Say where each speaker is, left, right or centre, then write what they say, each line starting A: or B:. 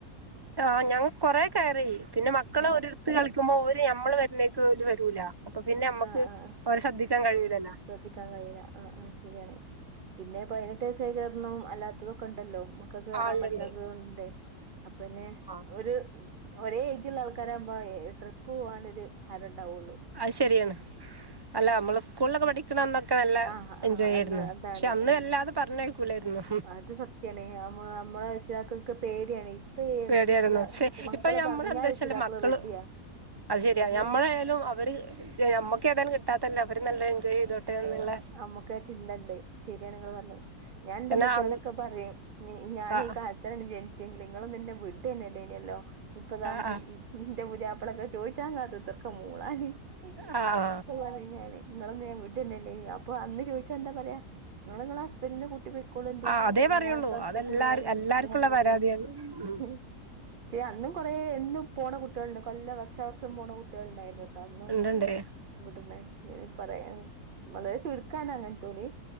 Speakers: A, on the right (about 20°); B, on the right (about 75°).
A: ആ ഞാങ് കൊറേ കരയു. പിന്നെ മക്കളെ
B: ഉം
A: ഒരിടത്ത് കളിക്കുമ്പോ അവര് നമ്മള് വരുന്നയ്ക്കോല് വരൂല. അപ്പൊ പിന്നെ അമ്മക്ക്
B: ആ ആ ആ
A: ഓലെ ശ്രദ്ധിക്കാൻ കഴിയൂലല്ലോ.
B: ആ ശ്രദ്ധിക്കാൻ കഴിയൂല. ആഹ് ആഹ് ശരി ആണ്. പിന്നെ പതിനെട്ട് വയസായി കേറണം അല്ലാത്തതൊക്കെ ഇണ്ടല്ലോ മ ക്ക് കേറാൻ
A: ആളുണ്ട്
B: പറ്റാത്തതൂണ്ട് അപ്പഞ്ഞ്
A: ആഹ്
B: ഒരു ഒരേ ഏയ്ജിലുള്ള ആൾക്കാരാമ്പോ ട്രിപ്പ് പോകാനൊരു ഹരണ്ടാവൊള്ളു.
A: അത് ശരിയാണ് അല്ല നമ്മള് സ്കൂളിലൊക്കെ പഠിക്കണ അന്നൊക്കെ നല്ല
B: ആ ആ ആ
A: എൻജോയ്
B: അന്ന്
A: ആയിരുന്നു.
B: അതാണ്
A: പക്ഷെ അന്ന്
B: ഉം
A: വല്ലാതെ പറഞ്ഞയ് കൂലേയിര്ന്നു.
B: അത് സത്യാണ് നമ്മ നമ്മളെ രക്ഷിതാക്കൾക്ക് പേടിയാണ് ഇപ്പ
A: പേടിയായിരുന്നു
B: രക്ഷിതാ
A: ഷെ
B: മക്കള്
A: ഇപ്പ
B: പറഞ്ഞാ
A: മ്മളെന്ത് വെച്ചാല്
B: രക്ഷിതാക്കള്
A: മക്കള്
B: റെഡിയാ
A: അത് ശരിയാ
B: അങ്ങനെ
A: ഞമ്മളായാലും അവര് നമ്മക്ക് ഏതാലും കിട്ടാത്തല്ലേ അവര് നല്ല എൻജോയ് ചെയ്തോട്ടെ ന്ന്ള്ളെ
B: നമ്മുക്കാ ചിന്തണ്ട് ശരിയാണങ്ങള് പറ്ഞ്ഞെ ഞാ ഇന്റെമ്മച്യാേടൊക്കെ
A: പിന്നെ അന്ന്
B: പറയും ഞാനീ
A: ആ
B: കാ ഇപ്പളാണ് ജനിച്ചെ നിങ്ങളൊന്നും ബന്നെ വിടെന്നെല്ലേയ്ന്യല്ലോ ഇപ്പതാ
A: ആ ആ
B: ഇന്റെ പുതിയാപ്ലക്കെ ചോയിച്ചാ കാത്ത് കുത്തർക്ക് മൂളാൻ <unintelligible>
A: ആ ആ
B: പോവാഞ്ഞാല് ഇങ്ങളൊന്നു ഞാൻ വിടന്നെല്ലേയ്നി. അപ്പൊ അന്ന് ചോയിച്ച എന്താ പറയാ. ഇങ്ങള് ഇങ്ങളെ ഹസ്ബന്റിനെ കൂട്ടി പോയ്‌ ക്കോളണ്ടി
A: ആ അതേ
B: അപ്പ
A: പറയുള്ളൂ
B: ഞാൻ തട്ത്തക്കൂല
A: അതെല്ലാർ
B: പറിം
A: എല്ലാർക്കുള്ള പരാതിയാണ് ഉം
B: <unintelligible> ചെയാ അന്നും കൊറേ എന്നും പോണ കുട്ടികൾണ്ട് കൊല്ല വർഷാവർഷം പോണ കുട്ടികൾണ്ടായിരുന്നു. തന്നും
A: ഉണ്ട്ണ്ട്
B: <unintelligible> പറയാൻ വളരെ ചുരുക്കാണ് അങ്ങനെത്തോല്.